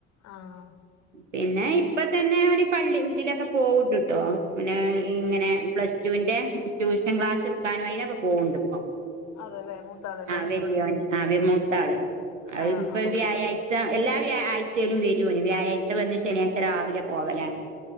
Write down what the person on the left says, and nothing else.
ആഹ
അതെല്ലേ മൂത്താളല്ലേ
ആഹ്
ആഹ്